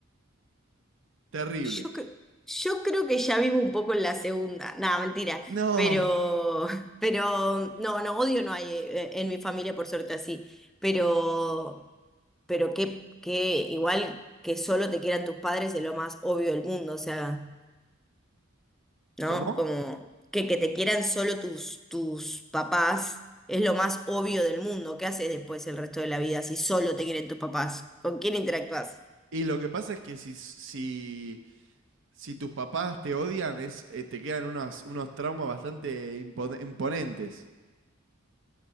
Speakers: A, on the right (about 65°); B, in the centre.
A: Terrible.
B: Yo, cre- yo creo que ya vivo un poco en la segunda, nada, mentira,
A: No.
B: pero, pero no, no, odio no hay eh, en mi familia, por suerte así, pero, pero que, que igual que solo te quieran tus padres es lo más obvio del mundo, o sea, ¿no?
A: ¿Cómo?
B: Como que, que te quieran solo tus, tus papás es lo más obvio del mundo, ¿qué haces después el resto de la vida si solo te quieren tus papás? ¿Con quién interactúas?
A: Y lo que pasa es que si, si, si tus papás te odian, es, eh, te quedan unos, unos traumas bastante impone- imponentes.